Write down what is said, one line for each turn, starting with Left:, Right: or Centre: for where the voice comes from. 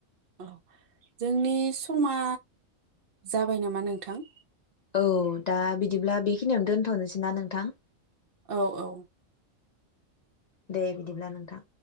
Right: औ जोंनि समा जाबाय नामा नोंथां?
Left: औ दा बिदिब्ला बेखिनियावनो दोनथ'नोसै ना नोंथां
Right: औ औ
Left: दे बिदिब्ला नोंथां